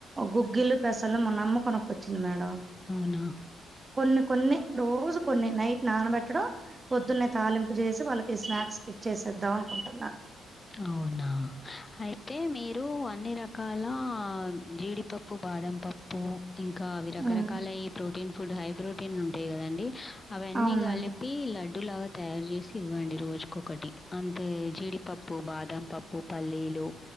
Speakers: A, on the right; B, on the left.
A: గుగ్గిల్ పెసలు మొన్నమ్మ కొనుక్కోచ్చింది మేడం
B: అవునా
A: కొన్ని కొన్ని రోజు కొన్ని నైట్ నానబెట్టడం పొద్దున్న తాలింపు చేసి వాళ్ళకి స్నాక్స్ కి చేసేద్దాం అనుకుంటున్నా
B: అవునా అయితే మీరు అన్ని రకాల జీడిపప్పు బా బాదం పప్పు ఇంకా అవి రకరకాల
A: ఉమ్,
B: ప్రోటీన్ ఫుడ్ హై ప్రోటీన్ ఉంటాయి కదండి అవన్నీ
A: అవును
B: కలిపి
A: మేడం
B: లడ్డూ లాగా తయారు చేసి ఇవ్వండి రోజుకకటి అంతే జీడిపప్పు పప్పు బాదం పప్పు పల్లీలు